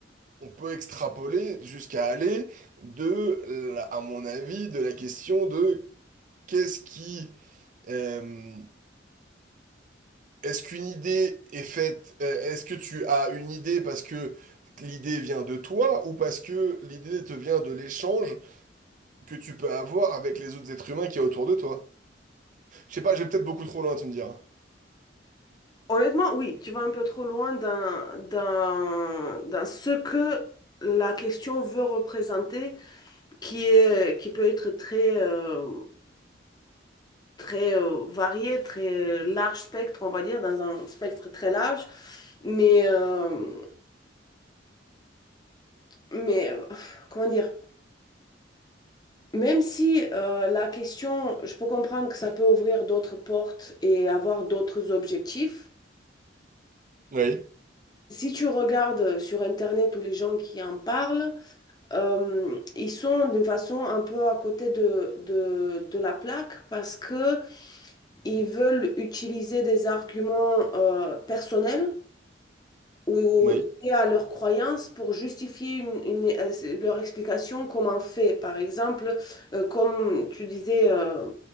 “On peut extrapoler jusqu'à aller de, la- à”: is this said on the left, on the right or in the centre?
Right